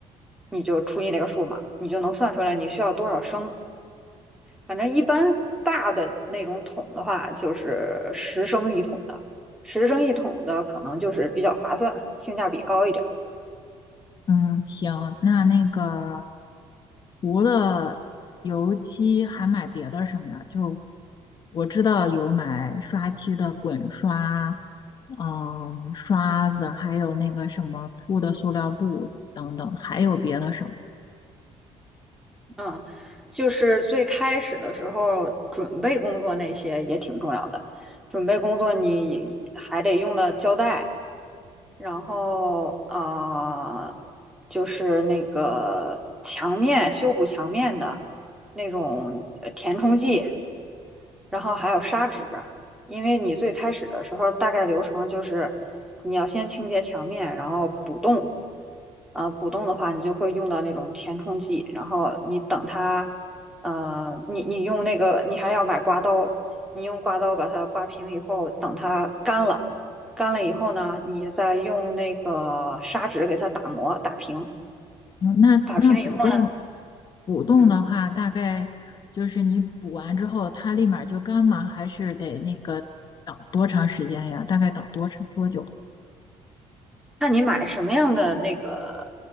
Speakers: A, in the centre; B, on the left.
A: 你就除以那个数嘛，你就能算出来你需要多少升。反正一般大的那种桶的话，就是十升一桶的，十升一桶的可能就是比较划算，性价比高一点。
B: 嗯，行，那那个除了油漆，还买别的什么呀？就我知道有买刷漆的滚刷，嗯，刷子，还有那个什么铺的塑料布等等，还有别的什么？
A: 嗯，就是最开始的时候，准备工作那些也挺重要的。准备工作你还得用到胶带，然后呃，就是那个墙面修补墙面的那种呃填充剂，然后还有砂纸，因为你最开始的时候大概流程就是你要先清洁墙面，然后补洞。呃，补洞的话，你就会用到那种填充剂，然后你等它，呃，你你用那个，你还要买刮刀，你用刮刀把它刮平以后，等它干了，干了以后呢，你再用那个砂纸给它打磨打平，
B: 嗯那那补洞，
A: 打平以后呢，
B: 补洞的话，
A: 嗯，
B: 大概就是你补完之后，它立马就干吗？还是得那个等多长时间呀？大概等多长多久？
A: 看你买什么样的那个、